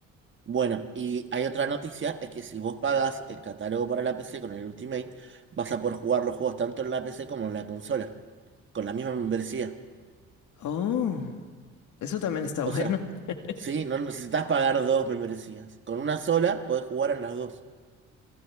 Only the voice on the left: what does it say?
Oh, eso también está
bueno.
<laughs>